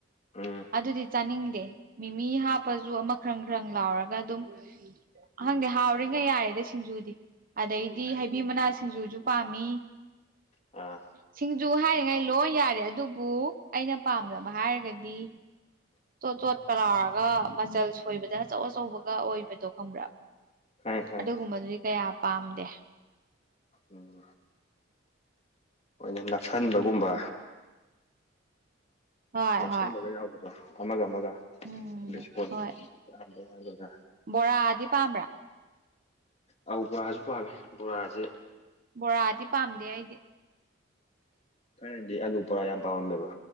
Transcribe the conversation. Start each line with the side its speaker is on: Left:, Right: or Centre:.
Left: ꯎꯝ
Right: ꯑꯗꯨꯗꯤ ꯆꯥꯅꯤꯡꯗꯦ ꯃꯤꯃꯤ ꯍꯥꯞꯄꯁꯨ ꯑꯃ ꯈ꯭ꯔꯪ ꯈ꯭ꯔꯪ ꯂꯥꯎꯔꯒ ꯑꯗꯨꯝ ꯈꯪꯗ‌ꯦ
Left: ꯎꯝ
Right: ꯍꯥꯎꯔꯤꯉꯩ ꯌꯥꯏꯌ‌ꯦꯗ ꯁꯤꯡꯖꯨꯗꯤ ꯑꯗꯩꯗꯤ ꯍꯩꯕꯤ ꯃꯅꯥ ꯁꯤꯡꯖꯨꯁꯨ ꯄꯥꯝꯃꯤ
Left: ꯑꯥ
Right: ꯁꯤꯡꯖꯨ ꯍꯥꯏꯔꯤꯉꯩ ꯂꯣꯏ ꯌꯥꯔꯦ ꯑꯗꯨꯕꯨ ꯑꯩꯅ ꯄꯥꯝꯗꯕ ꯍꯥꯏꯔꯒꯗꯤ ꯆꯣꯠ ꯆꯣꯠ ꯀ ꯂꯥꯎꯔꯒ ꯃꯆꯜ ꯁꯣꯏꯕꯗ ꯑꯆꯧ ꯑꯆꯧꯕꯒ ꯑꯣꯏꯕꯗꯣ ꯈꯪꯕ꯭ꯔꯥ
Left: ꯈꯪꯉꯦ ꯈꯪꯉꯦ
Right: ꯑꯗꯨꯒꯨꯝꯕꯗꯨꯗꯤ ꯀꯌꯥ ꯄꯥꯝꯗꯦ
Left: ꯎꯝ ꯍ‌ꯣꯏꯅ‌ꯦ ꯅꯞꯁꯟꯕꯒꯨꯝꯕ
Right: ꯍꯣꯏ
Left: ꯅꯥꯞꯁꯟꯕꯒ
Right: ꯍꯣꯏ
Left: ꯌꯥꯎꯕꯗꯣ ꯑꯃꯒ ꯑꯃꯒ
Right: ꯎꯝ
Left: ꯕꯦꯁꯣꯟ
Right: ꯍꯣꯏ
Left: ꯌꯥꯝꯕꯩ ꯍꯥꯏꯒꯗ꯭ꯔꯥ
Right: ꯕꯣꯔꯥꯗꯤ ꯄꯥꯝꯕ꯭ꯔꯥ
Left: ꯑ ꯕꯣꯔꯥꯖꯨ ꯄꯥꯝꯃꯦ ꯕꯣꯔꯥꯖꯤ
Right: ꯕꯣꯔꯥꯗꯤ ꯄꯥꯝꯗꯦ ꯑꯩꯗꯤ
Left: ꯊꯥꯏꯅꯗꯤ ꯑꯥꯂꯨ ꯕꯣꯔꯥ ꯌꯥꯝ ꯄꯥꯝꯃꯝꯃꯦꯕ